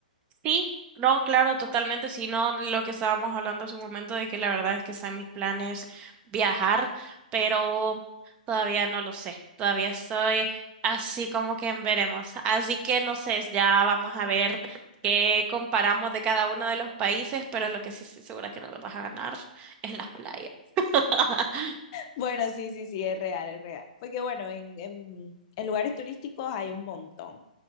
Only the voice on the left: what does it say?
Bueno, sí, sí, sí, es real, es real. Porque bueno, en, en, en lugares turísticos hay un montón.